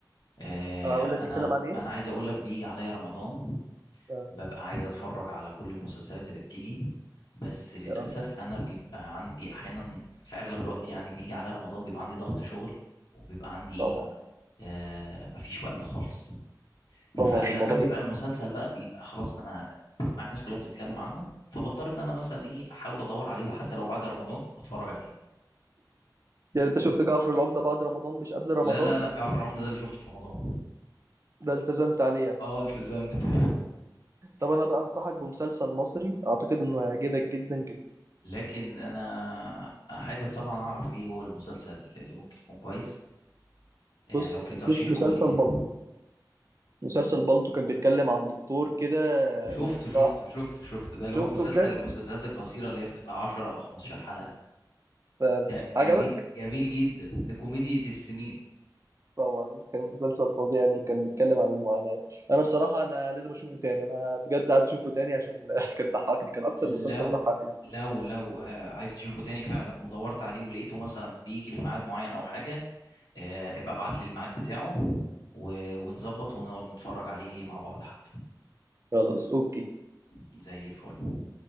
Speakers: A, on the left (about 75°); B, on the right (about 40°).
A: آه،
B: اقول لك
A: انا
B: بيتكلم عن ايه
A: انا عايز اقول لك بيجي عليا رمضان
B: آه.
A: ببقى عايز اتفرج على كل المسلسلات اللي بتيجي بس للاسف
B: آه.
A: انا بيبقى عندي احيانا في اغلب الوقت يعني بيجي على رمضان بيبقى عندي ضغط شغل وبيبقى عندي
B: طبعا
A: ايه آه مفيش وقت خالص
B: طبعا
A: فلما
B: الموضوع
A: بيبقى
B: ده
A: المسلسل بقى بيبقى خلاص انا بسمع الناس كلها بتتكلم عنه فبضطر ان انا مثلا ايه احاول ادور عليه بقى حتى لو بعد رمضان واتفرج عليه
B: يعني انت شفت
A: بس
B: جعفر العمدة بعد رمضان مش قبل رمضان
A: لا لا لا جعفر العمدة ده اللي شفته في رمضان
B: ده التزمت عليه يعني
A: اه التزمت فعلا
B: طب انا
A: <laughs>
B: بقى انصحك بمسلسل مصري اعتقد انه هيعجبك جدا جدا
A: لكن انا حابب طبعا اعرف ايه هو المسلسل اللي ممكن يكون كويس يعني
B: بص
A: لو في ترشيح
B: شوف مسلسل
A: قول لي كده
B: بالطو مسلسل بالطو كان بيتكلم عن دكتور كده
A: شفته شفته
B: راح
A: شفته شفته ده اللي
B: شفته
A: هو مسلسل
B: بجد
A: المسلسلات القصيرة اللي هي بتبقى 10 او 15 حلقة
B: فعلا
A: ج- جميل
B: عجبك
A: جميل جدا ده كوميديا السنين
B: طبعا كان مسلسل فظيع يعني كان بيتكلم عن المعاناة انا بصراحة انا لازم اشوفه تاني انا بجد عايز اشوفه تاني عشان <laughs> كان ضحكني كان اكتر
A: لو
B: مسلسل ضحكني
A: لو لو آه، عايز تشوفه تاني فعلا ودورت عليه ولقيته مثلا بيجي في ميعاد معين او حاجة آه، ابقى ابعت لي الميعاد بتاعه و- ونظبط ونقعد نتفرج عليه مع بعض حتى
B: خلاص اوكي
A: زي الفل